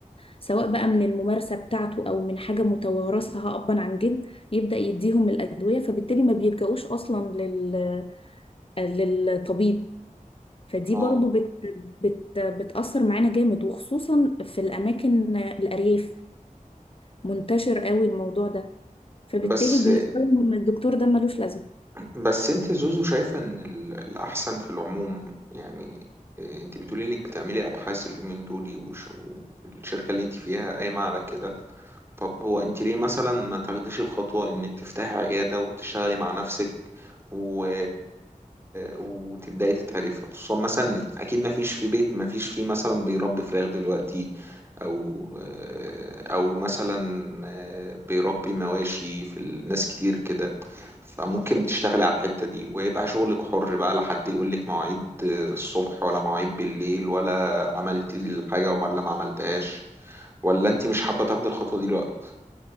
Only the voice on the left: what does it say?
سواء بقى من الممارسة بتاعته أو من حاجة متوارثة أبا عن جد يبدأ يديهم الأدوية فبالتالي ما بيلجأوش أصلا لل... للطبيب فدي
برضو بت... بت... بتأثر معانا جامد وخصوصا في الأماكن الأرياف منتشر قوي الموضوع ده فبالتالي
بالنسبة لهم الدكتور ده ملوش لازمة